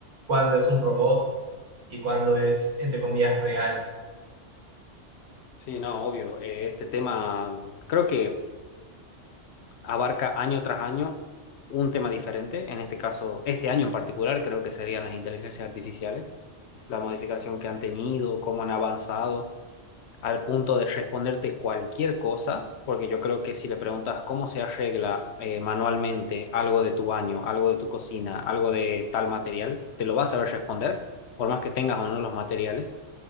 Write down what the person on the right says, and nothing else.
cuándo es un robot y cuándo es, entre comillas, real.